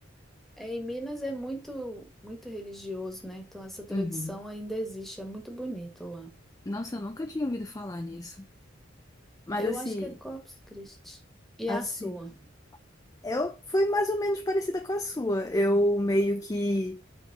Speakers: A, in the centre; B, on the left (about 20°).
A: É, em Minas é muito, muito religioso, né? Então essa tradição
B: Uhum.
A: ainda existe, é muito bonito lá.
B: Nossa, eu nunca tinha ouvido falar nisso. Mas
A: Eu
B: assim,
A: acho que é Corpus Christi. E
B: assim.
A: a sua?
B: Eu fui mais ou menos parecida com a sua. Eu meio que